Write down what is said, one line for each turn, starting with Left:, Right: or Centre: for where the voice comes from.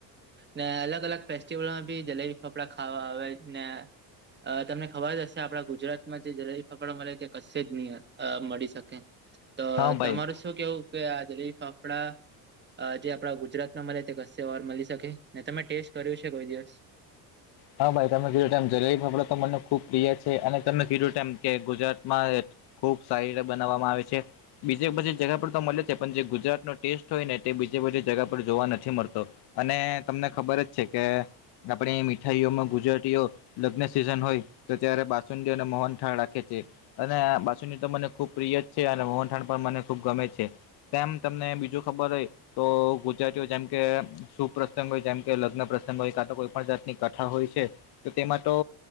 Right: ને અલગ-અલગ ફેસ્ટિવલમાં ભી જલેબી ફપડા ખાવા આવે જ ને અ તમને ખબર જ હશે આપણા ગુજરાતમાં જે જલેબી ફકડા મળે તે કશે જ ની અ મળી શકે. તો
Left: હા ભાઈ
Right: તમારું શું કેવું કે આજલેબી ફફડા અ જે આપડા ગુજરાતમાં મળે તે કસે ઓ ર મલી શકે ને તમે ટેસ્ટ કર્યું છે કોઈ દિવસ
Left: હા, ભાઈ તમે કીધુ તેમ જલેબી ફપડા તો મને ખુબ પ્રિય છે અને તમે કીધુ તેમ કે ગુજરાતમાં ખુબ સારી રીતે બનાવવામાં આવે છે. બીજે બઘી જગા પર તો મળે છે પણ જે ગુજરાતનો ટેસ્ટ હોય ને તે બીજે બઘી જગા પર જોવા નથી મળતો. અને તમને ખબર જ છે કે આપણી મી થાળી માં ગુજરાતીઓ લગ્ન સિઝન હોય તો ત્યારે બાસુંદી અને મોહન થાળ રાખે છે. અને બાસુની તો મને ખુબ પ્રિય જ છે અને મોહનથાડ પણ મને ખુબ ગમે છે. તેમ તમને બીજું ખબર હોય તો ગુજરાતીઓ જેમ કે સુપ્રસંગ હોય જેમ કે લગ્ન પ્રસંગ હોય કા તો કોઈ પણ જાતની કાથા હોય છે તો તેમાં તો